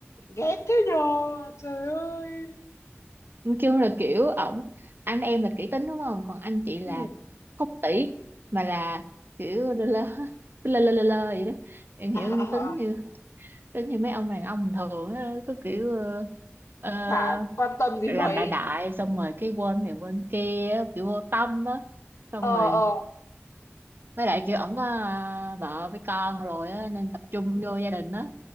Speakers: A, on the left; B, on the right.
A: ghét thế nhờ trời ơi
B: kêu là kiểu ổng anh em là kỹ tính đúng không còn anh chị là
A: ừ.
B: không tỷ mà là kiểu lơ lơ cứ lơ lơ lơ lơ vậy đó em hiểu
A: à, à,
B: tính
A: à,
B: như tính như mấy ông đàn ông bình thường á, cứ kiểu uh,
A: chả quan tâm gì
B: làm
A: mấy
B: đại đại xong rồi cái quên này quên kia á, kiểu vô tâm á xong
A: ờ
B: rồi
A: ờ
B: với lại kiểu ổng có à, vợ với con rồi á nên tập trung
A: ừ.
B: vô gia đình á